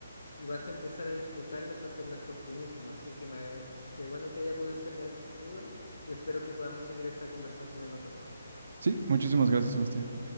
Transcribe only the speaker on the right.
Sí, muchísimas gracias, Sebastián.